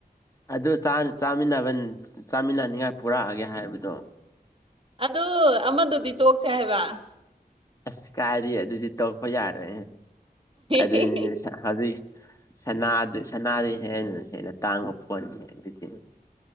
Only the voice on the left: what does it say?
ꯑꯗꯨ ꯆꯥꯃꯤꯟꯅꯕ ꯆꯥꯃꯤꯟꯅꯅꯤꯉꯥꯏ ꯄꯨꯔꯛꯑꯒꯦ ꯍꯥꯏꯕꯗꯣ
ꯑꯁ ꯀꯥꯏꯔꯤ ꯑꯗꯨꯗꯤ ꯇꯧꯔꯛꯄ ꯌꯥꯔꯦ ꯑꯗꯨꯅꯦ
ꯍꯧꯖꯤꯛ ꯁꯗꯨ ꯁꯅꯥꯗꯨ ꯍꯦꯟꯅ ꯍꯦꯟꯅ ꯇꯥꯡꯕ ꯄꯣꯠꯅꯤ ꯑꯗꯨꯗꯤ